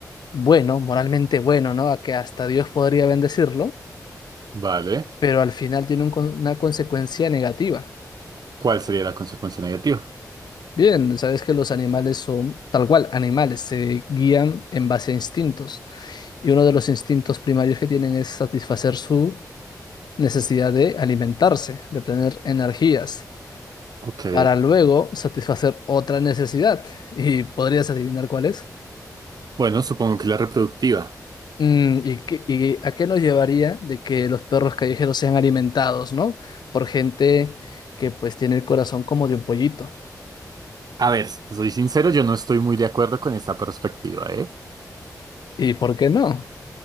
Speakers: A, on the left; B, on the right.
A: bueno, moralmente bueno, ¿no? A que hasta Dios podría bendecirlo,
B: vale.
A: pero al final tiene un con- una consecuencia negativa.
B: ¿Cuál sería la consecuencia negativa?
A: Bien, sabes que los animales son tal cual, animales, se guían en base a instintos. Y uno de los instintos primarios que tienen es satisfacer su necesidad de alimentarse, de obtener energías,
B: Ok.
A: para luego satisfacer otra necesidad. ¿Y podrías adivinar cuál es?
B: Bueno, supongo que la reproductiva.
A: Mm, ¿y, qué- y a qué nos llevaría de que los perros callejeros sean alimentados, ¿no? Por gente que pues tiene el corazón como de un pollito.
B: A ver, si te soy sincero, yo no estoy muy de acuerdo con esta perspectiva, ¿eh?
A: ¿Y por qué no?